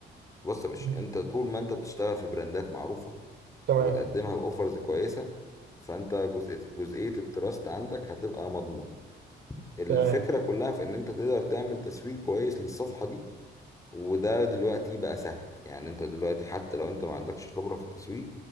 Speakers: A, on the left; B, on the right.
A: بص يا باشا
B: مم.
A: أنت طول ما أنت بتشتغل في براندات معروفة
B: تمام
A: وتقدمها بأوفرز كويسة فأنت جزئية جزئية التراست عندك هتبقى مضمونة الفكرة
B: تمام
A: كلها في إن أنت تقدر تعمل تسويق كويس للصفحة دي وده دلوقتي بقى سهل يعني انت دلوقتي حتى لو انت ما عندكش خبرة في التسويق